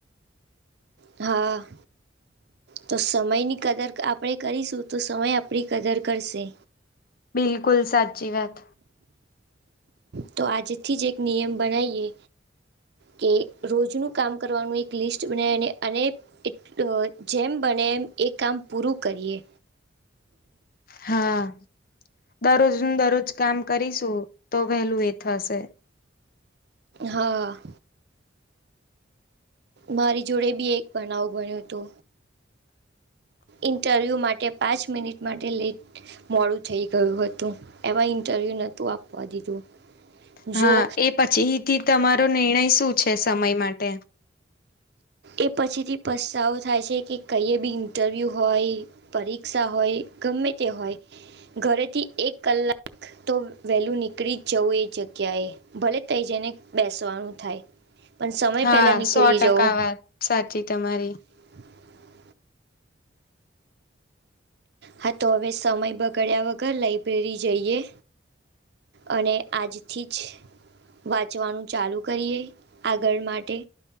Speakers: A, on the right; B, on the left.
A: હા તો સમયની કદર આપણેે કરીશું, તો સમય આપણી કદર કરશે.
B: બિલકુલ સાચી વાત.
A: તો આજે થી જ એક નિયમ બનાઈએ. કે રોજનું કામ કરવાનું એક લિસ્ટ બનાવીને અને એટ જેમ બને એમ એ કામ પૂરું કરીએ.
B: હા દરરોજનું દરરોજ કામ કરીશું તો વહેલું એ થશે.
A: હા મારી જોડે બી એક બનાવ બન્યો તો. ઇન્ટરવ્યૂ માટે પાંચ મિનિટ માટે લેટ મોડું થઈ ગયું હતું. એમાં ઇન્ટરવ્યુ નતું આપવા દીધું.
B: હા
A: જો
B: એ પછીથી તમારો નિર્ણય શું છે સમય માટે?
A: એ પછીથી પસ્તાવો થાય છે કે કઈએ બી ઇન્ટરવ્યુ હોય, પરીક્ષા હોય, ગમે તે હોય ઘરેથી એક કલાક તો વહેલું નીકળી જ જવું એ જગ્યાએ. ભલે તઈ જઈને બેસવાનું થાય. પણ સમય
B: હા
A: પેલા નીકળી
B: સો ટકા
A: જવો.
B: વાત સાચી તમારી.
A: <inaudible> હા તો હવે સમય બગાડ્યા વગર લાઈબ્રેરી જઈએ? અને આજથી જ વાંચવાનું ચાલું કરીએ આગળ માટે.